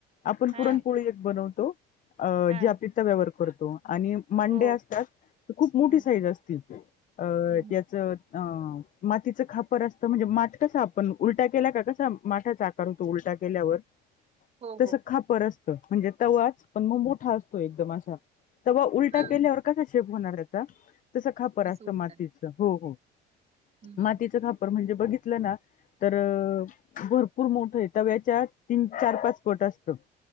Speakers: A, on the left; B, on the right.
A: आपण
B: हा
A: पुरणपोळी एक बनवतो अ..
B: हा
A: जे आपलीचा तव्यावर करतो आणि मांडे
B: हो
A: असतात तर खूप मोठी
B: हम्म
A: साईज असते अ..
B: हम्म
A: ज्याचं अ.. मातीचं खापर असतं म्हणजे माठ कसा आपण उलटा केला का कसा माठाचा तो उलटा केल्यावर,
B: हो
A: तस
B: हो
A: खापर असतं म्हणजे तवाच पण मग मोठा असतो एकदम असा, तवा उलटा
B: हम्म
A: केल्यावर
B: हम्म
A: कसा शेप होणार त्याचा तसं खापर असतं
B: असं उलट
A: मातीचं, हो... हो..
B: हम्म हम्म.
A: मातीचं खापर म्हणजे बघितलं ना. त.. र. अ... भरपूर मोठं आहे तव्याच्या तीन.. चार.. पाच पट असतं.